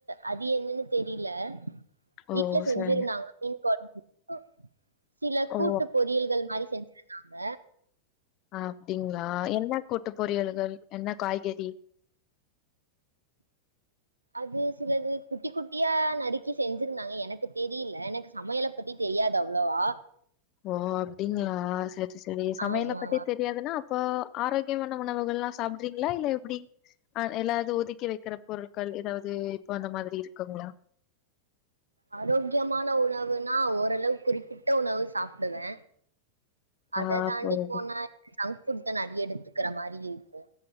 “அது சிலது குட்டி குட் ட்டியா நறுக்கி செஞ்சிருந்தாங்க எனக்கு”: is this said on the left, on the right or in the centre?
Right